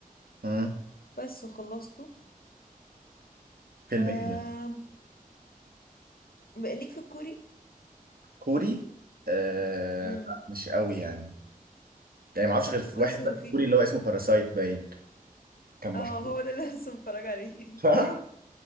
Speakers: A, on the right; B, on the left.
A: امم
B: بس وخلصته
A: فيلم
B: و
A: ايه ده
B: بقى ليك في الكوري
A: كوري آه...
B: امم
A: لا مش قوي يعني يعني ما اعرفش غير في
B: بس
A: واحد
B: هو
A: بس
B: في
A: كوري اللي هو اسمه باراسايت باين كان مشهور
B: اه هو ده اللي لسه متفرج عليه
A: <laughs>